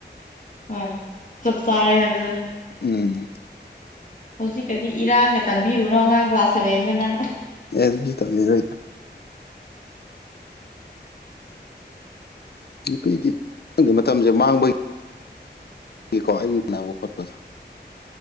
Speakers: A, on the left; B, on the left.
A: ꯍꯣꯏ ꯆꯞ ꯆꯥꯔꯦ ꯍꯥꯏꯕꯖ
B: ꯎꯝ
A: ꯍꯧꯖꯤꯛꯀꯗꯤ ꯏꯔꯥꯡꯒ ꯇꯝꯕꯤꯔꯨꯅꯣ ꯑꯉꯥꯡ ꯀ꯭ꯂꯥꯁ ꯁꯚꯦꯟꯗ ꯅꯪ
B: ꯑꯦꯗꯤ ꯇ ꯃꯤ ꯅ ꯅꯨꯄꯤꯗꯤ ꯅꯪꯒꯤ ꯃꯇꯝꯁꯦ ꯃꯥꯡꯕꯒꯤ ꯑꯦꯀꯣ ꯑꯩꯅ ꯀꯥꯟꯅꯕ ꯈꯣꯠꯄꯗ